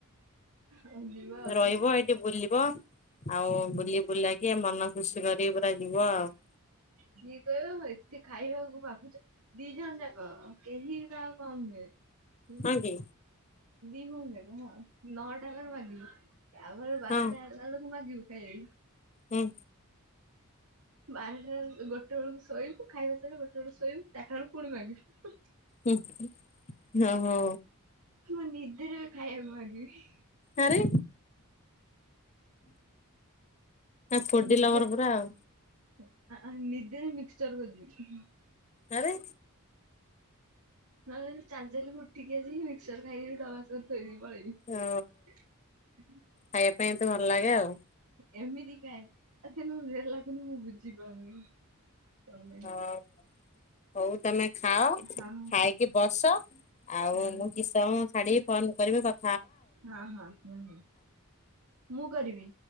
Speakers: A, on the right; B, on the left.
A: ଆଉ ଯିବା ଆଉ
B: ରହିବ ଏଇଠି ବୁଲି ବ ଆଉ ବୁଲି ବୁଲାକି ମନ ଖୁସି କରିକି ପୁରା ଯିବ ଆଉ।
A: ସିଏ କହିବ ଏତେ ଖାଇବାକୁ ମାଗୁଛ ଦି ଜଣ ଯାକ। କେହି କହାକୁ କମ୍ ନୁହେଁ।
B: ହଁ କି
A: ଦି ଭଉଣୀ ଯାଙ୍କ ହଁ ନଅଟା ହେଲା ବେଳକୁ ମାଗିବି ତା ପରେ ବାରଟା
B: ହଁ
A: ଗଲା ବେଳକୁ ମାଗିବୁ ଖାଈଆ
B: ହୁଁ।
A: ବାରଟା ଗୋଟେ ବେଳକୁ ଶୋଇବୁ ଖାଇବା ସଙ୍ଗେ ଗୋଟେ ବେଳକୁ ଶୋଇବୁ ଚାରିଟା ବେଳେ ପୁଣି ମାଗିବୁ।
B: ହୁଁ ହଁ ହଁ ହୋ।
A: ମୁଁ ନିଦରେ ବି ଖାଇବାକୁ ମାଗିବି।
B: ଆରେ ଫୁଡି
A: ନିଦରେ
B: ଲଭର ପୁରା ଆଉ
A: ଆ ଆ ନିଦରେ ମିକ୍ସିଚର ଖୋଜିବି।
B: ଆରେ
A: ନହେଲେ ଚାଲି ଚାଲି ହୁ ଉଠିକି ଆସି ମିକ୍ସଚର ଖାଇବି ଡବା ସହ ଥୋଇଦେଇକିପଳେଇବି।
B: ଓ ଖାଇବା ପାଇଁ ଏତେ ଭଲ ଲାଗେ ଆଉ।
A: ଏମିତି ଖାଏ କିନ୍ତୁ ମୋ ଦେହରେ ଲାଗୁନି ମୁଁ ବୁଝିପାରୁନି। କଣ ପାଇଁ।
B: ହଁ ହଉ ତମେ ଖାଅ
A: ହଁ।
B: ଖାଇକି ବସ ଆଉ
A: ହଁ
B: ମୁଁ କିସ ଛାଡିକି ଫୋନ କରିବି କ
A: ହଁ ହଁ ହୁଁ ହୁଁ ମୁଁ କରିବି।